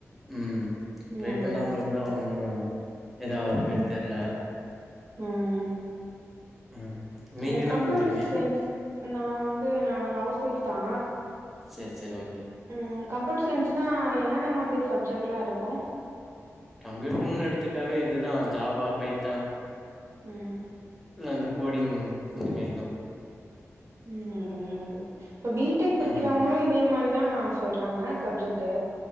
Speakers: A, in the centre; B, on the right (about 60°).
A: ம் ட்ரை
B: நல்லதுப்பா
A: பண்ணாம இருந்தா ஒன்னு ஏதாவுறமாரி
B: ம்
A: தெர்ல
B: ம்
A: ம் நீங்க
B: ம்
A: என்ன
B: கம்ப்யூட்டர்
A: பண்றீங்க?
B: சயின்ஸ் நா வந்து நா ஹவுஸ் ஒய்ஃப் தா
A: சேரி சேரி ஓகே
B: ம் கம்ப்யூட்டர் சயின்ஸ்னா என்னென்ன மாதிரி சப்ஜெக்ட்லா இருக்கும்
A: கம்ப்யூட்டர்ன் எடுத்துட்டாவே இதுதான் ஜாவா பைத்தான்
B: உம்
A: இல்ல இந்த கோடிங் இந்த மாரிதா
B: உம் நல்லது நல்லது இப்ப பிடெக் படிக்கிறவங்களும்
A: ம்.
B: இதே மாரிதா சொல்றாங்க சப்ஜெக்ட்டு